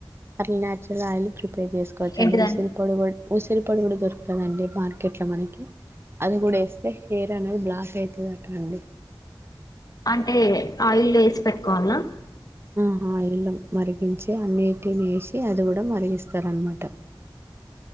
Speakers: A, on the right; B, on the left.
A: అట్లా నాచురల్ ఆయిల్ ప్రిపేర్ చేసుకోవచ్చు అండి
B: ఏంటిదండి
A: ఉసిరిపొడి కూడ్ ఉసిరిపొడి కూడా దొరుకుతదండి మార్కెట్ లో మనకి అది కూడా వేస్తే హెయిర్ దనేది బ్లాక్ అయితుదట అండి
B: అంటే ఆయిల్ వేసి పెట్టుకోవాల్నా
A: అహ ఆయిల్లో మరిగించి అన్నీటిని వేసి అది కూడా మరిగిస్తారు అన్మాట